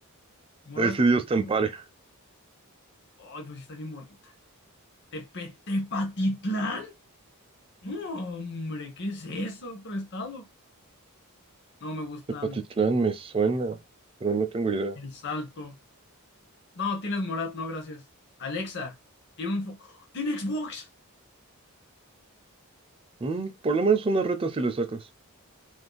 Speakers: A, on the right; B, on the left.
A: <laughs>
B: ¿Morras
A: A ese
B: con
A: Dios
B: Discord?
A: te ampare.
B: Ay, pues sí está bien bonita. ¿Tepe- ¿Tepatitlán? No, hombre, ¿qué es eso? Otro estado. No me gustan
A: Tepatitlán me suena, pero no tengo idea.
B: el Salto. No, tienes Morat, no, gracias. Alexa, tiene un... fo- ¡Tiene Xbox!
A: Mm, por lo menos una reta si le sacas.